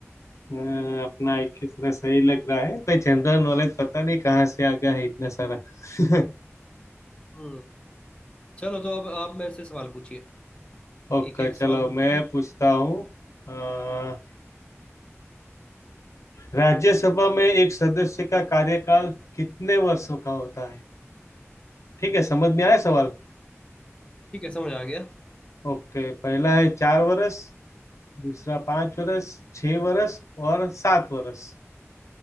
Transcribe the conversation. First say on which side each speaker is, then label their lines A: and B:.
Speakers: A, on the left; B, on the left.
A: अ, अपना एक की तरह सही लग रहा है कोई जनरल नॉलेज पता नहीं कहाँ से आ गया है इतना सारा <laughs>
B: हम्म। चलो तो अब आप मेरे से सवाल पूछिए
A: ओके
B: एक एक
A: चलो
B: सवाल पूछिए
A: मैं पूछता हूँ अ, राज्यसभा में एक सदस्य का कार्यकाल कितने वर्षों का होता है ठीक है समझ में आया सवाल
B: ठीक है समझ आ गया
A: ओके पहला है चार वर्ष दूसरा पांच वर्ष छह वर्ष और सात वर्ष